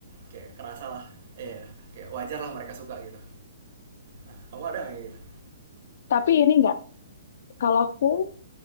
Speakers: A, on the right; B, on the left.
A: kayak kerasa lah ya yeah, kayak wajar lah mereka suka gitu nah, kamu ada nggak kayak gitu
B: tapi ini nggak, kalau aku